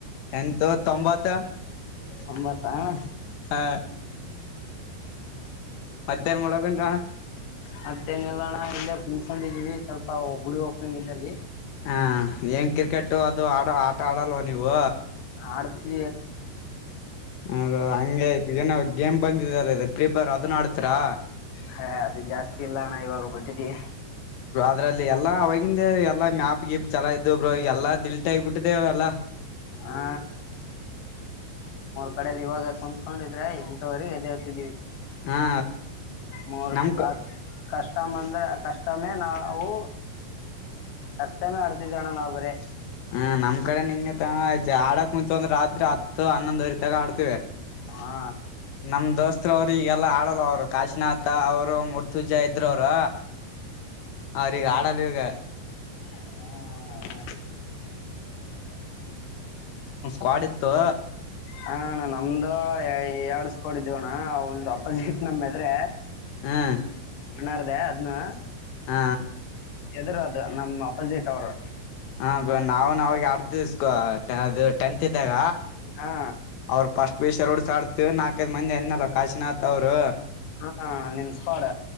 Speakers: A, on the left; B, on the left.
A: ಎಂತು ತೊಂಬತ್ತ
B: ಒಂಬತ ಹ
A: ಆ ಮಧ್ಯಾಹ್ನ ಮಾಡಡಕ
B: ಮತ್ತೇನೆಲ್ಲಣ ಇಲ್ಲೇ ಕುಂತ್ಕೊಂಡಿದೀವಿ ಸ್ವಲ್ಪ ಗುಡಿ ಓಪನಿಂಗ್ ಇದ್ದಲ್ಲಿ
A: ಹಾ ಏನ್ ಕ್ರಿಕೆಟು ಅದು ಆಡ ಆಟ ಆಡಲ್ವಾ ನೀವು
B: ಅತ ಣ
A: ಹದ ಹಂಗತ್ ಏನ ಗೇಮ್ ಬಂದಿದಾರ ಪ್ರಿಪೇರ್ ಅದನ್ ಆಡತರಾ
B: ಹಾ ಅದು ಜಾಸ್ತಿ ಇಲ್ಲಣ್ಣ ಇವಾಗ ಬಿಟ್ಟಿದೀವಿ
A: ಅದ್ರಲ್ಲಿ ಎಲ್ಲಾ ಅವವಾಗಿಂದ ಎಲ್ಲಾ ಮ್ಯಾಪ್ ಗಿಪ್ ಚಲ ಇದ್ರ ಎಲ್ಲಾ ದಿಲ್ಟ್ ಆಗಬಿಟ್ಟಿದೆ ಎಲ್ಲಾ
B: ಹಾ ಕಡಲ್ಲಿ ಇವಾಗ ಕುತ್ಕೊಂಡಿದ್ರೆ ಎಂವರೆಗೆ ಎದೆ ಹತಿದೀವಿ
A: ಹಾ
B: ಮೂರು
A: ನಮ್
B: ಕಷ್ಟ ಅಂದ್ರೆ ಕಷ್ಟ ಷ್ಟಯ ನಾವು ಕಷ್ಟಮೇ ಆಡ್ತಿದ್ದೇಣ ನಾವು ಬರೇ
A: ಹ ನಮ್ ಕಡೆ ನಿಂ ಆಡಕ್ ಮುಂಚೆ ಒಂದ್ರ ರಾತ್ರಿ ಹತ್ತು ಹನ್ನೊಂದ್ವರಿ ತಾಗ ಆಡ್ತಿವಿ
B: ಹಾ
A: ನಮ ದೋಸ್ತ್ರ ಅವ್ರಲ್ಲ ಲ್ಲ ಆಡಲ್ಲ ಅವರು ಕಾಶಿನಾಥ ಅವರು ಮುರ್ತುಜ ಇದ್ರ ಅವರು ಅವ್ರಗ ಆಡ ಹೇಳಗೆ
B: ಹ್ಮ ಹಾ
A: ಕಡಿ ಇತ್ತು
B: ಹಣ್ಣ ನಮ್ದ ಎಡ್ ಸ್ಕೋಡಿದ್ದವ ಅಣ್ಣ ಒಂದ್ ಅಪಜಿಟ್ ನಮದ್ರೆ
A: ಹ್ಮ್
B: ಮ್ಣಾರದ ಅದನು
A: ಹ
B: ಎದುರುದು ನಮ್ ಅಪೋಜಿಟ್ ಅವರು
A: ಹ ನಾವ್ ನ ಅವಾಗ ಆಡ್ತ ಸ್ಕೊ ಅದು ಟೆಂತ್ ಇದ್ದಾಗ
B: ಹಾ
A: ಅವ್ರು ಪಫಸ್ಟ್ ಪೀಷರಡ್ಸ ಆಡ್ತವಿ ನಾಲ್ಕೈ್ ಮಂದಿ ಅನಲ್ಲ ಕಾಶಿನಥ್ ಅವ್ರು
B: ಹಾ ನಿಮ್ ಸ್ಕ್ವಾಡ್